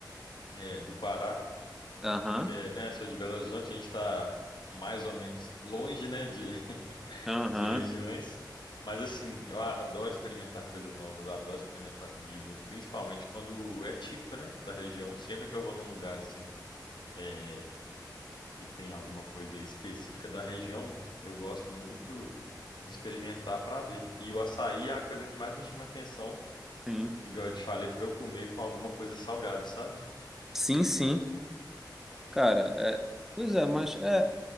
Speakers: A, on the left; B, in the centre.
A: é, do Pará,
B: Aham,
A: porque, né, sou de Belo Horizonte, a gente tá mais ou menos longe, né, de,
B: aham,
A: de regiões. Mas assim, eu adoro experimentar coisas novas, adoro experimentar comida, principalmente quando é típico, né, da região. Sempre que eu vou num lugar assim, é, que tem alguma coisa específica da região, eu gosto muito de experimentar para ver. E o açaí é a coisa que mais me chama atenção,
B: sim.
A: igual eu te falei, para eu comer com alguma coisa salgada, sabe?
B: Sim, sim. Cara, é, pois é, mas é